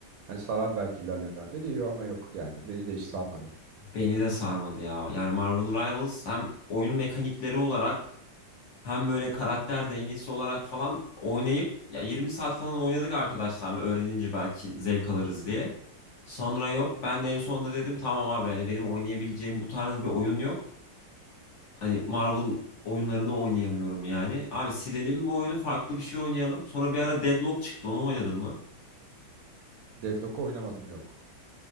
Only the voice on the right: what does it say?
Hani sarar belki ilerleyen dönemde diyor ama yok yani. Beni de hiç sarmadı.
Deadlock oynamadım yok.